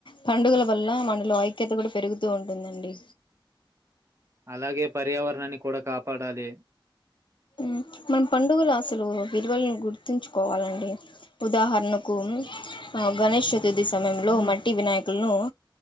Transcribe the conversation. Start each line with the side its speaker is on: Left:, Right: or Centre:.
Left: పండుగల వల్ల మనలో ఐక్యత కూడా పెరుగుతూ ఉంటుందండి
Right: అలాగే పర్యావరణాన్ని కూడా కాపాడాలి
Left: హ్మ్ మన పండుగలు అసలు విలువలను గుర్తుంచుకోవాలండి, ఉదాహరణకు ఆ గణేష్ చతుర్థి సమయంలో మట్టి వినాయకులను